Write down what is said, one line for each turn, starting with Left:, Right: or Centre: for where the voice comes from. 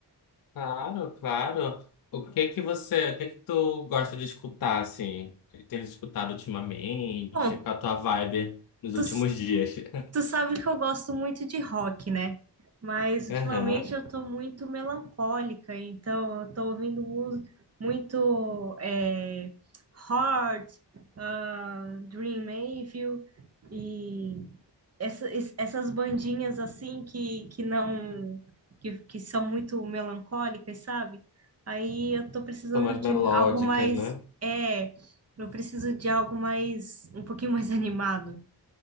Left: Claro, claro. O que que você, o que que tu gosta de escutar, assim? O que que tem escutado ultimamente?
Right: Bom,
Left: Qual a tua vibe nos
Right: tu
Left: últimos dias? <laughs>
Right: Tu sabe que eu gosto muito de rock, né? Mas ultimamente
Left: Aham.
Right: eu tô muito melancólica, então eu tô ouvindo mu- muito é, Heart, ah, Dream Evil e essa- es- essas bandinhas assim que, que não que, que são muito melancólicas, sabe? Aí eu tô precisando
Left: São mais
Right: de
Left: melódicas,
Right: algo mais
Left: né?
Right: é, eu preciso de algo mais um pouquinho mais <laughs> animado.